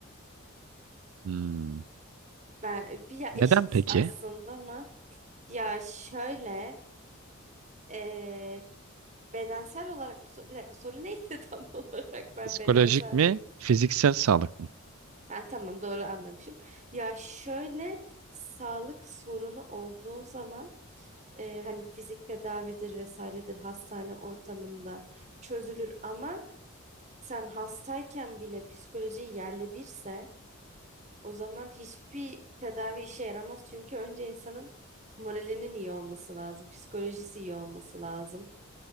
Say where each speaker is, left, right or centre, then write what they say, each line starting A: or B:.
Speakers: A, on the right (about 80°); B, on the right (about 35°).
A: Hmm.
B: Ben bir ya
A: Neden
B: eşit
A: peki?
B: aslında ama ya şöyle eee, bedensel olarak mı so- bir dakika soru neydi <laughs> tam olarak ben
A: Psikolojik
B: bedensel
A: mi,
B: diye.
A: fiziksel sağlık mı?
B: Ha tamam doğru anlamışım. Ya şöyle sağlık sorunu olduğun zaman e, hani fizik tedavidir vesairedir hastane ortamında çözülür ama sen hastayken bile psikolojin yerle birse o zaman hiçbir tedavi işe yaramaz çünkü önce insanın moralinin iyi olması lazım, psikolojisi iyi olması lazım.